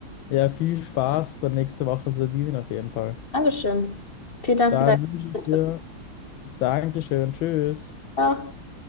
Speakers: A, on the left; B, on the left.
A: Ja, viel Spaß dann nächste Woche in Sardinien auf jeden Fall.
B: Dankeschön. Vielen Dank
A: Dann
B: für deine
A: wünsche
B: ganzen
A: ich
B: Tipps.
A: dir Dankeschön, tschüss.
B: Ciao.